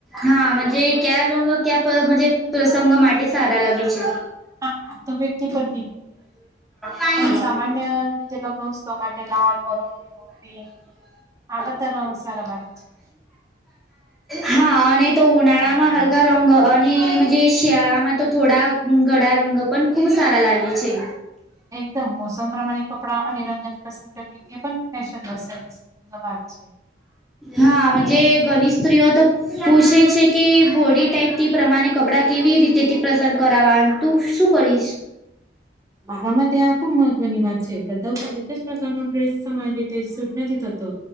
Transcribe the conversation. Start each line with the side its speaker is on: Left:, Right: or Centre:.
Centre: હાજ ક્યા રંગ ક્યા પ્રસંગ માટે સારા લાગે છે
Right: હા તો વ્યક્તિ પદ
Centre: હા
Right: પણ સામાન્ય રીતે લગન ઉત્સવ માટે લાલ, મરોન, પિક આ બંધાા રંગ સારા લાગે છે.
Centre: હા અને તો ઉનાળા
Right: તમારા
Centre: માં હલકા રંગ, અને જે શિયાળામાં તો થોડા ગળા રંગ પણ ખુબ સારા લાગે છે.
Right: એકદમ મોસમ પ્રમાણે કપડાં અને રંગની પ કરવી એ પણન ન ભાગ છે.
Centre: હા મજે ઘણી સ્ત્રીઓ તો પૂછે છે કે, બોડી ટાઈપથી પ્રમાણે કપડા કેવી રીતે થી પસંદ કરાવવા.? તું શું કરીશ.?
Right: મારામાં ત્યાં ખુબ મહત્વની વાત છે. બધા એક જ પ્રકારનો ડ્રેસ સમાન રીતે સૂટ નથી થતો.